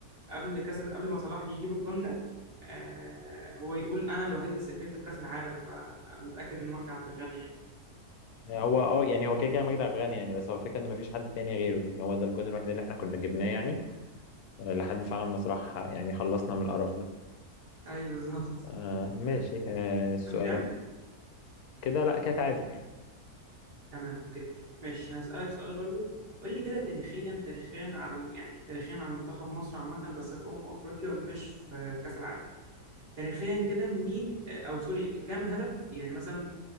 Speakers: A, on the right; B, on the left.
A: قبل كاس قبل ما صلاح يجيب الجون ده آه هو يقول انا الوحيد اللي سجلت في كاس العالم فمتاكد ان مجدي عبد الغني يعني
B: يعني هو اه يعني هو كده كده مجدي عبد الغني يعني بس هو الفكره ان مفيش حد تاني غيره يعني هو ده الجون الوحيد اللي احنا كنا جبناه يعني آه، لحد فعلا ما صلاح يعني خلصنا من القرف ده
A: ايوه بالظبط
B: آه ماشي
A: آه،
B: آه سؤالك
A: كام كام
B: كده لا كده تعادل
A: تمام اوكي ماشي هسالك سؤال برضو قول لي كده تاريخيا تاريخيا على يعني تاريخيا على منتخب مصر عامه بس في امم افريقيا مش في كاس العالم تاريخيا كده مين آه، او سوري كام هدف يعني مثلا